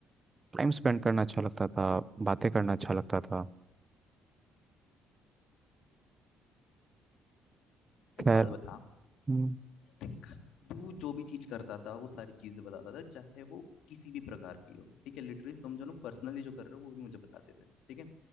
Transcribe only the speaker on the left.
एक बात बता
देख तू जो भी चीज करता था वो सारी चीजें बताता था चाहे वो किसी भी प्रकार की हो ठीक है लिटरली तुम जो पर्सनली जो कर रहे हो वो भी मुझे बताते थे ठीक है